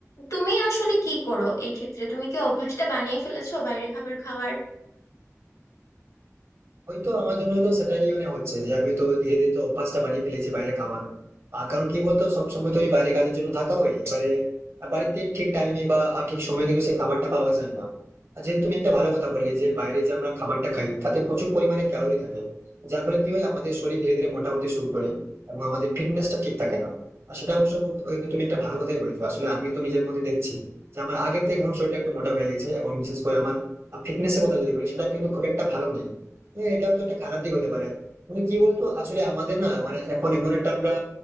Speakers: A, on the left; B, on the right.
A: তুমি আসলে কি করো এই ক্ষেত্রে তুমি কি অভ্যাসটা বানিয়ে ফেলেছো বাইরের খাবার খাওয়ার
B: হয়তো আমার জন্য তো সেটাই মানে হচ্ছে যে আমি তো ধীরে ধীরে তো অভ্যাসটা বানিয়ে ফেলেছি বাইরে খাওয়ার আর কারণ কি বলতো সবসময় তো ওই বাইরে কাজের জন্য থাকা হয় এবারে বাড়িতে ঠিক টাইমে বা ঠিক সময়ে কিন্তু সেই খাবারটা পাওয়া যায় না আর যেহেতু তুমি একটা ভালো কথা বললে যে বাইরে যে আমরা খাবারটা খাই তাতে প্রচুর পরিমাণে ক্যালোরি থাকে যার ফলে কি হয় আমাদের শরীর ধীরে ধীরে মোটা হতে শুরু করে এবং আমাদের ফিটনেসটা ঠিক থাকে না আর সেটা অবশ্য কিন্তু তুমি একটা ভালো কথাই বলেছো আসলে আমি তো নিজের মধ্যে দেখছি যে আমার আগের থেকে এখন শরীরটা একটু মোটা হয়ে গেছে এবং বিশেষ করে আমার ফিটনেসের কথা যদি বলি সেটা কিন্তু খুব একটা ভালো নেই হ্যাঁ এটাও তো একটা খারাপ দিক হতে পারে কিন্তু কি বলতো আসলে আমাদের না মানে এখন এমন একটা আমরা